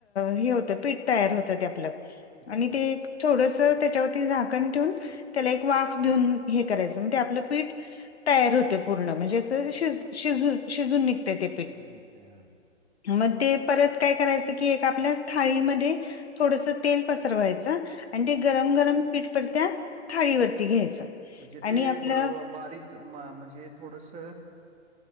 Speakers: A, on the left; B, on the right.
A: हे होतं पीठ तयार होतं ते आपलं.
B: बरोबर.
A: आणि ते थोडसं त्याच्यावरती झाकण ठेवून, त्याला एक वाफ देऊन हे करायचं, म्हणजे आपलं पीठ तयार होतय पूर्ण, म्हणजे असं श शज शिजून निघतय ते पीठ.
B: शिजून निघते. हां,
A: मग ते परत काय करायचं कि एक आपल्या थाळीमध्ये थोडस तेल पसरवायचं, आणि ते
B: बरं.
A: गरम गरम पीठपरत्या थाळीवरती घ्यायचं.
B: म्हणजे
A: आणि
B: ते
A: आपलं
B: ब बारीक म्हणजे थोडसं